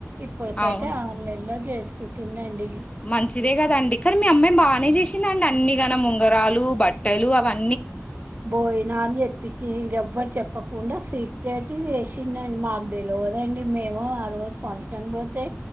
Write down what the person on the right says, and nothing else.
ఇప్పటికైతే
ఆన్లైన్ లో చేస్తు కుంటుందండి
బోయిన అని చెప్ పిచ్చి ఇంగ ఎవరికి చెప్పకుండా సీక్రెట్ చేసిందండి మాకు తెలియదండి మేము ఆ రోజు ఫంక్షన్ పోతే